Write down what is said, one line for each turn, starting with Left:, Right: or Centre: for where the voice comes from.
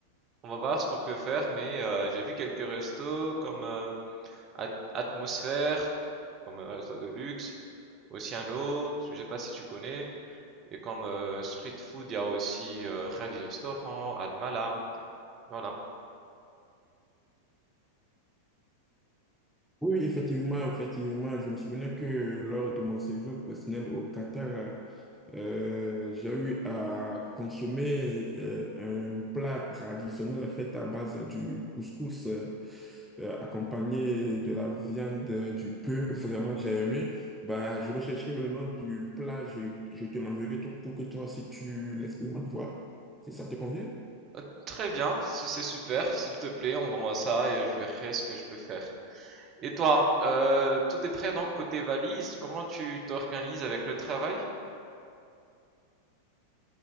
Right: On va voir ce qu'on peut faire, mais euh, j'ai vu quelques restos comme euh, At- Atmosphère, comme un resto de luxe, Oceano, je sais pas si tu connais. Et comme euh, street food, il y a aussi euh, Ravi Restaurant, Almala. Voilà.
Centre: Oui, effectivement, effectivement, je me souvenais que lors de mon séjour professionnel au Qatar, euh, j'ai eu à consommer euh, un plat traditionnel fait à base du couscous, euh, euh, accompagné de la viande, euh, du bœuf. Vraiment, j'ai aimé. Bah, je vais chercher le nom du plat, je, je te l'enverrai tout- pour que toi aussi tu l'expérimentes voir. Si ça te convient?
Right: Euh, Très bien, c'est c'est super. S'il te plaît, envoie-moi ça et je verrai ce que je peux faire. Et toi, euh, tout est prêt donc côté valise. Comment tu t'organises avec le travail?